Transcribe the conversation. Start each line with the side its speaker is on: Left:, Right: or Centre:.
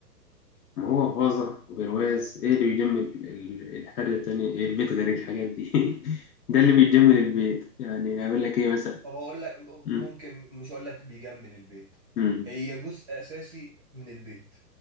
Left: ما هو غازة وبرواز ايه اللي بيجمل ال- الحاجة التانية إيه البيت غير الحاجات دي <laughs> ده اللي بيجمل البيت يعني هقول لك ايه مثلا
Right: طب هقول لك
Left: مم.
Right: ممكن مش هقول لك بيجمل البيت
Left: مم.
Right: هي جزء اساسي من البيت